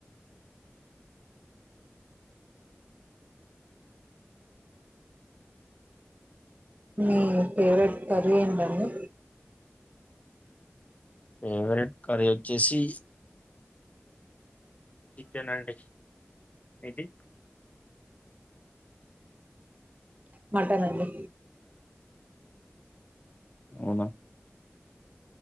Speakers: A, on the right; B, on the left.
A: మీ ఫేవరెట్ కర్రీ ఏంటండి
B: ఫేవరెట్ కర్రి చేసి చికెనండి మీకీ
A: మటన్ అండి
B: అవునా